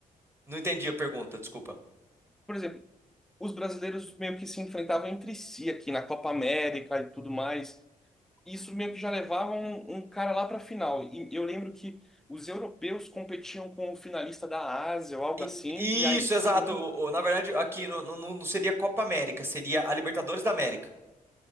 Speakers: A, on the right; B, in the centre.
A: não entendi a pergunta, desculpa.
B: Por exemplo, os brasileiros meio que se enfrentavam entre si aqui na Copa América e tudo mais. Isso meio que já levava um, um cara lá para a final. E eu lembro que os europeus competiam com o finalista da Ásia ou algo
A: I-
B: assim, e aí
A: Isso,
B: sim.
A: exato. O- o- Na verdade, aqui não, não- não seria Copa América, seria a Libertadores da América.